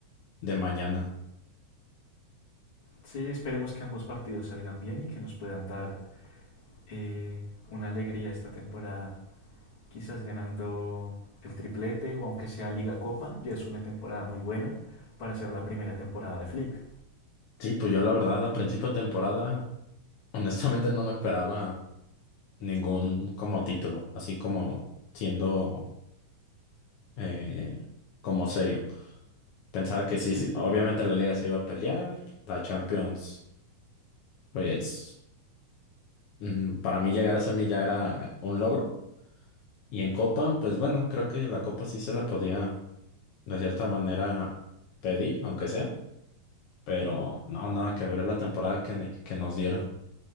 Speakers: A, on the left (about 65°); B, on the left (about 40°).
A: de mañana.
B: Sí, esperemos que ambos partidos salgan bien y que nos puedan dar eh, una alegría esta temporada. Quizás ganando el triplete o aunque sea Liga Copa, ya es una temporada muy buena para ser la primera temporada de Flick.
A: Sí, pues yo la verdad a principio de temporada, <laughs> honestamente no me esperaba. ningún como título, así como siendo eh, como serio. Pensaba que sí,
B: Sí,
A: sí, obviamente la Liga se iba a pelear, la Champions, pues mm, para mí llegar a semi ya era un logro. Y en Copa, pues bueno, creo que la Copa sí se la podía de cierta manera pedir, aunque sea, pero no, nada que ver la temporada que, que nos dieron.